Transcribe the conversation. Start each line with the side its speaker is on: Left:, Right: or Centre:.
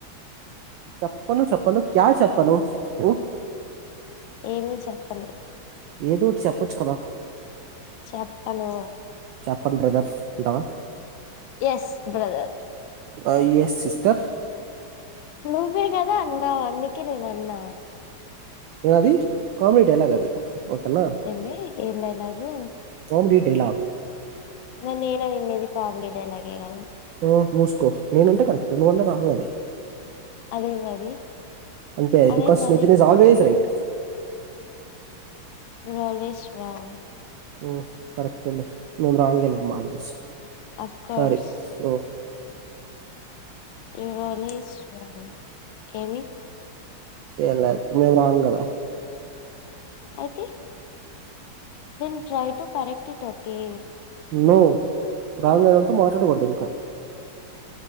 Right: చెప్పను చెప్పను క్యా చెప్పనూ. ఊ.
Left: ఏమీ చెప్పాను.
Right: ఏదో ఒటి చెప్పచు కదా
Left: చెప్పనూ
Right: చెప్పన్ బ్రదర్ ఉంటావా
Left: ఎస్ బ్రదర్
Right: అ ఎస్ సిస్టర్
Left: నువ్వే కదా అన్నావ్ అందుకే నేన్ అన్న
Right: ఏ అది కామిడీ డైలాగ్ అది ఓకేనా
Left: ఏంది ఏమైనాదీ
Right: కామెడీ డైలాగ్
Left: మార్ నేన్ అనిన్నది కామిడీ డైలాగ్ ఏ కథా
Right: నోర్మూసుకో నేనంటే కరెక్ట్ నువ్వంటే రాంగ్ అది
Left: అదేందది
Right: అంతే ఐ
Left: అదేందది
Right: బికాస్ నితిన్ ఇస్ అల్ల్వేయ్స్ రైట్
Left: నెన్ అల్వేస్ రాంగ్
Right: ఉహ్ కరెక్ట్ లే మెమ్ రాంగ్ గే లే అమ్మ always
Left: of course
Right: sorry oh
Left: you are always wrong ఏమీ
Right: ఏలైద్ మేం రాంగ్ గ దా
Left: అయితే then try to correct it okay
Right: no wrong అయినంత మాట్లాడకోడదు ఇంకా